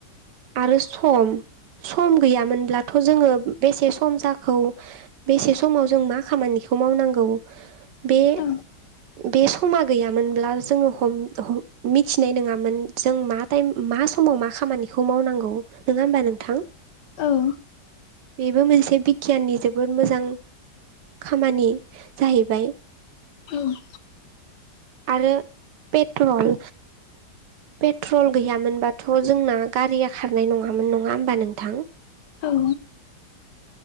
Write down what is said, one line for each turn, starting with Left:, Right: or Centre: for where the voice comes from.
Right: आरो सम सम गैयामोनब्लाथ' जोङो बेसे सम जाखो बेसे समाव जों मा खामानि खौ मावनांगौ बे
Left: औ
Right: बे समा गैयामोनब्ला जोङो हम हम मिथिनाय नङामोन जों मा टाइम मा समाव मा खामानिखौ मावनांगौ नङा होमबा नोंथां?
Left: औ
Right: बेबो मोनसे बिगियाननि जोबोद मोजां खामानि जाहैबाय।
Left: औ
Right: आरो पेट्रल पेट्रल गैयामोनबाथ' जोंना गारिया खारनाय नङामोन नङा होमबा नोंथां?
Left: औ